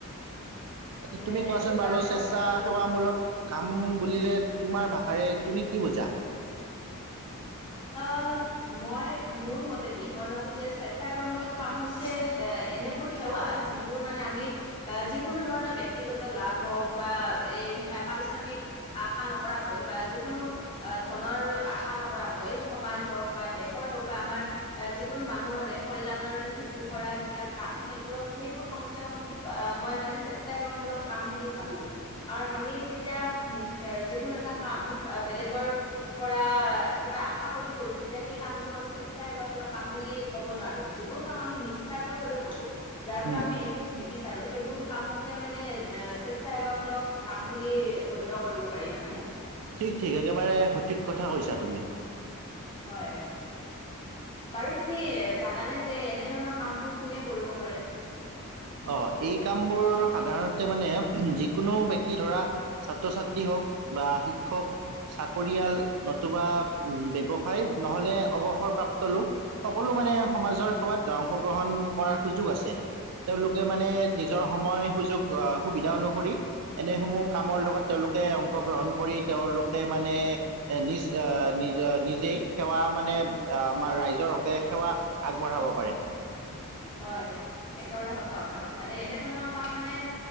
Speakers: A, on the right (about 75°); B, on the left (about 20°).
A: আচ্ছা
B: মানে
A: তুমি কোৱাচোন
B: সেইকাৰণে
A: বাৰু স্বেচ্ছাসেৱামূলক
B: মই ভাবিলো
A: কাম বুলিলে তোমাৰ ভাষাৰে তুমি কি বুজা?
B: অ মই মোৰ মতেদি মই ভাবো যে স্বেচ্চা সেৱামূলক কাম হৈছে এ এনেবোৰ সেৱা যিবোৰ মানে আমি যিকোনো ধৰণৰ ব্যক্তিগত লাভ হওক বা এই পাৰিশ্ৰমিক, আশা নকৰাকৈ বা যিকোনো ধনৰ আশা নকৰাকৈ এই সমাজ হওক বা দেশৰ হওক বা আমাৰ, এ যিকোনো মানুহৰে কল্যাণৰ হেতু কৰা যিবিলাক কাম সেইবোৰক সেইবোৰ কামক বা মই মানে স্বেচ্ছা সেৱামূলক কাম বুলি ভাবো। কাৰণ আমি যেতিয়া যিকোনো এটা কাম বেলেগৰ পৰা কিবা আশা কৰি কৰো তেতিয়া সেই কামটো আমি স্বেচ্ছাসেৱামূলক কাম বুলি ক'ব নোৱাৰো যিবোৰ কাম আমি নিচাথ ভাবে কৰো যাৰ পৰা
A: উম
B: আমি, নিবিচাৰো সেইবোৰ কামকে মানে এ স্বেচ্ছা সেৱা মূলক কাম বুলি গণ্য কৰো। পাৰি নহয় নে
A: ঠিক ঠিক একেবাৰে সঠিক কথা কৈছা তুমি।
B: হয়। বাৰু তুমি জানানে যে এনে ধৰণৰ কাম বোৰ কোনে কৰিব পাৰে।
A: অ এই কামবোৰ সাধাৰণতে মানে যিকোনো বক্তি ধৰা ছাত্ৰ ছাত্ৰী হওক বা শিক্ষক। চাকৰিয়াল নতুবা ব্যৱসায় নহলে অৱসৰপ্ৰাপ্ত লোক সকলো মানে সমাজৰ সেৱাত অংশগ্ৰহণ কৰাৰ সুযোগ আছে তেওঁলোকে মানে নিজৰ সময় সুযোগ সুবিধা অনুসৰি এনেসমূহ, কামৰ
B: হয়
A: লগত তেওঁলোকে অংশগ্ৰহণ কৰি তেওঁলোকে মানে নিজ আহ নিজ নিজেই সেৱা মানে আহ আমাৰ ৰাইজৰ হকে সেৱা। আগবঢ়াব পাৰে।
B: হয় একেবাৰে সচা কথা কৈচা এনেধৰণৰ কাম মানে